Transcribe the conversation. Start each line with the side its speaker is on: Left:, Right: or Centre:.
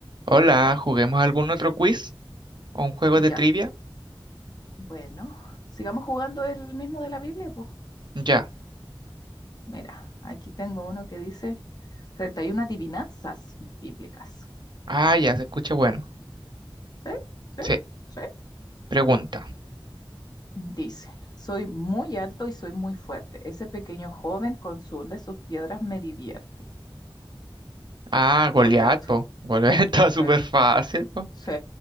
Right: Hola, ¿juguemos algún otro quiz o un juego de
Left: Ya,
Right: trivia?
Left: bueno, sigamos jugando el mismo de la Biblia, pues.
Right: Ya.
Left: Mira, aquí tengo uno que dice 31 adivinanzas bíblicas.
Right: Ah, ya se escucha bueno.
Left: ¿Sí? ¿Sí?
Right: Sí.
Left: ¿Sí?
Right: Pregunta.
Left: Dice, soy muy alto y soy muy fuerte. Ese pequeño joven con su onda y sus piedras me divierte.
Right: Ah, Goliat,
Left: Goliat.
Right: po. Goliat <laughs> está súper
Left: Sí,
Right: fácil, po.
Left: sí.